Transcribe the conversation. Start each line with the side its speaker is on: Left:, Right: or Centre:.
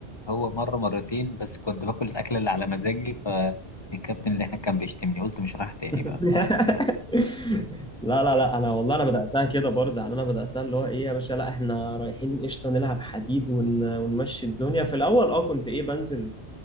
Left: هو مرة مرتين بس كنت باكل الأكلة اللي على مزاجي فالكابتن اللي هناك كان بيشتمني قلت مش رايح تاني
Centre: <laughs>
Left: بقى ف...
Centre: لا لا لا انا والله انا بداتها كده برضه يعني انا بداتها اللي هو ايه يا باشا لا احنا رايحين قشطه نلعب حديد ون... ونمشي الدنيا في الاول اه كنت ايه بنزل